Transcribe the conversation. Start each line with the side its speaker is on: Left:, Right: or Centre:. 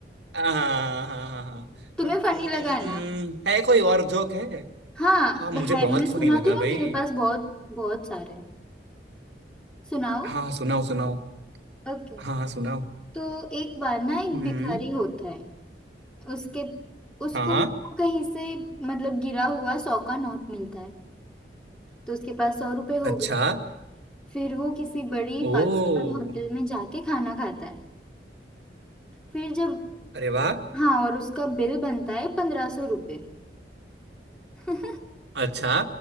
Right: हाँ हाँ हाँ हाँ।
Centre: तुम्हें
Right: हम्म,
Centre: फनी लगा ना
Right: है कोई और जोक है
Centre: हाँ
Right: हाँ मुझे
Centre: है
Right: बहुत
Centre: मैं
Right: फनी
Centre: सुनाती
Right: लगा
Centre: हूँ
Right: भाई
Centre: ना मेरे पास बहुत बहुत सारे हैं सुनाओ
Right: हाँ सुनाओ सुनाओ
Centre: ओके
Right: हाँ हाँ, सुनाओ
Centre: तो एक बार ना एक
Right: हम्म
Centre: भिखारी होता है उसके उसको
Right: हाँ
Centre: ना कहीं से मतलब गिरा हुआ सौ का नोट मिलता है तो उसके पास सौ रुपए हो
Right: अच्छा
Centre: गए फिर वो किसी बड़ी
Right: ओ
Centre: फाइव स्टार होटल में जाके खाना खाता है फिर जब
Right: अरे वाह
Centre: हाँ और उसका बिल बनता है पंद्रह सौ रुपये <laughs>
Right: अच्छा